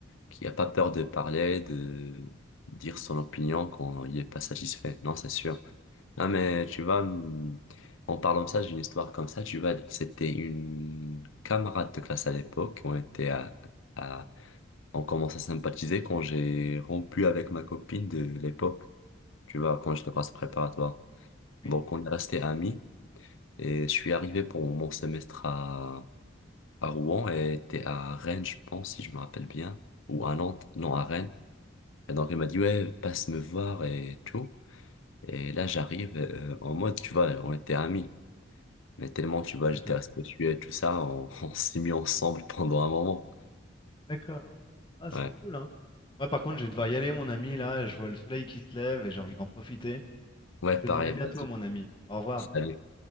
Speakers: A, on the left; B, on the left.
A: qui a pas peur de parler, de dire son opinion quand il est pas satisfait. Non, c'est sûr. Non, mais tu vois, hum, en parlant de ça, j'ai une histoire comme ça. Tu vois, c'était une camarade de classe à l'époque. On était à, à, on commence à sympathiser quand j'ai rompu avec ma copine de l'époque. Tu vois, quand j'étais en classe préparatoire.
B: Oui,
A: Donc, on est resté amis et je suis arrivé pour mon semestre à, à Rouen et était à Rennes, je pense, si je me rappelle bien. Ou à Nantes. Non, à Rennes. Donc il m'a dit, ouais, passe me voir et tout. Et là, j'arrive euh, en mode, tu vois, on était amis. Mais tellement, tu vois,
B: tout
A: j'étais
B: à fait.
A: respectueux et tout ça, on, <laughs> on s'est mis ensemble pendant un moment.
B: D'accord. Ah, c'est
A: Ouais,
B: cool, hein. Moi, par contre, je vais devoir y aller, mon ami. Là, je vois le soleil qui se lève et j'ai envie d'en profiter.
A: ouais,
B: Je te
A: pareil,
B: dis à bientôt,
A: vas-y.
B: mon ami. Au revoir.
A: Salut.